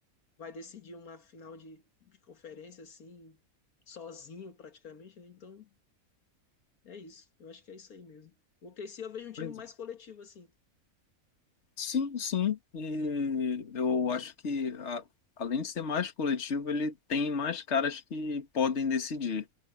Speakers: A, on the left; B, on the left.
A: vai decidir uma final de, de conferência assim, sozinho praticamente, né? Então é isso. Eu acho que é isso aí mesmo. O OKC eu vejo um time
B: pois
A: mais
B: é.
A: coletivo assim,
B: Sim, sim. E eu acho que a- além de ser mais coletivo, ele tem mais caras que podem decidir.